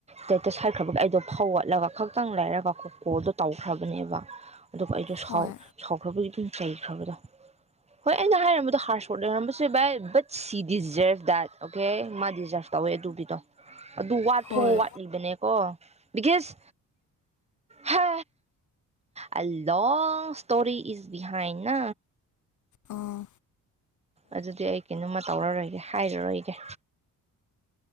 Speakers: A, on the right; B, on the left.
A: ꯇꯇ ꯁꯥꯏꯠꯈ꯭ꯔꯕꯗ ꯑꯩꯗꯣ ꯐꯧꯒꯠꯂꯒ ꯈꯛꯇꯪ ꯂꯩꯔꯒ ꯀꯣꯀꯣꯗꯣ ꯇꯧꯈ꯭ꯔꯕꯅꯦꯕ ꯑꯗꯨꯒ ꯑꯩꯗꯣꯥꯎ
B: ꯍꯣꯏ
A: ꯁꯥꯎꯈ꯭ꯔꯕꯒꯤ ꯑꯗꯨꯝ ꯆꯩꯈ꯭ꯔꯕꯗꯣ ꯍꯣꯏ ꯑꯩꯅ ꯍꯥꯏꯔꯝꯕꯗꯣ ꯍꯥꯔ ꯁꯣꯠ ꯂꯩꯔꯝꯕꯁꯨ ꯌꯥ ꯕꯥꯏ ꯕꯠ ꯁꯤ ꯗꯤꯖꯔꯞ ꯗꯦꯠ ꯑꯣꯀꯦ ꯃꯥ ꯗꯤꯖꯥꯔꯞ ꯇꯧꯋꯦ ꯑꯗꯨꯒꯤꯗꯣ ꯑꯗꯨ ꯋꯥꯠꯊꯣꯡ
B: ꯍꯣꯏ
A: ꯋꯥꯠꯂꯤꯕꯅꯦꯀꯣ ꯀꯥꯁ ꯍ ꯑ ꯂꯣꯡ ꯏꯁꯇꯣꯔꯤ ꯏꯖ ꯕꯤꯍꯥꯏꯟ <inaudible>
B: ꯑꯥ
A: ꯑꯗꯨꯗꯤ ꯑꯩ ꯀꯩꯅꯣꯝꯃ ꯇꯧꯔꯔꯣꯏꯒꯦ ꯍꯥꯏꯔꯔꯣꯏꯒꯦ